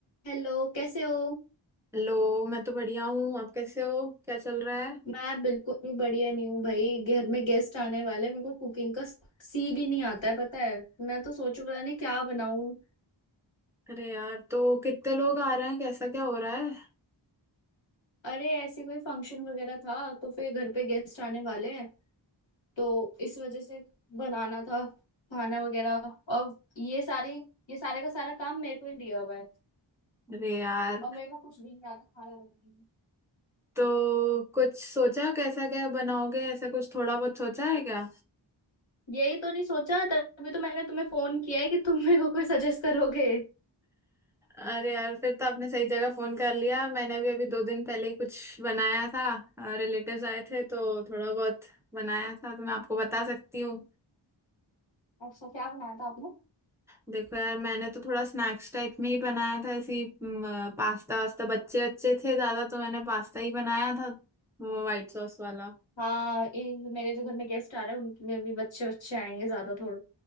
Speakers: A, on the left; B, in the centre.
A: हेलो कैसे हो
B: Hello मैं तो बढ़िया हूँ आप कैसे हो क्या चल रहा है
A: मैं बिल्कुल भी बढ़िया नहीं हूँ भाई घर में गेस्ट आने वाले हैं, मेरे को कुकिंग का सी भी नहीं आता है पता है मैं तो सोचू पता नहीं क्या बनाऊं
B: अरे यार तो कितने लोग आ रहे हैं कैसा क्या हो रहा है
A: अरे ऐसी कोई फंक्शन वगैरह था तो फिर घर पे गेस्ट आने वाले हैं तो इस वजह से बनाना था खाना वगैरह और ये सारी ये सारे का सारा काम मेरे को ही दिया हुआ है
B: अरे यार
A: और मेरे को कुछ भी नहीं आता खाना बनाने में
B: तो कुछ सोचा कैसा क्या बनाओगे ऐसा कुछ थोड़ा बहुत सोचा है क्या
A: यही तो नहीं सोचा तभी तो मैंने तुम्हें फोन किया है कि तुम मेरे को कोई सजेस्ट करोगे
B: अरे यार फिर तो आपने सही जगह फोन कर लिया मैंने भी अभी दो दिन पहले ही कुछ बनाया था रिलेटिव्स आए थे तो थोड़ा बहुत बनाया था तो मैं आपको बता सकती हूँ
A: अच्छा क्या बनाया था आपने
B: देखो यार मैंने तो थोड़ा स्नैक्स टाइप में ही बनाया था ऐसी पास्ता वास्ता बच्चे अच्छे थे ज्यादा तो मैंने पास्ता ही बनाया था वो व्हाइट सॉस वाला
A: हाँ इन- मेरे जो घर में गेस्ट आ रहे हैं उनमें भी बच्चे बच्चे आएंगे ज्यादा थोड़े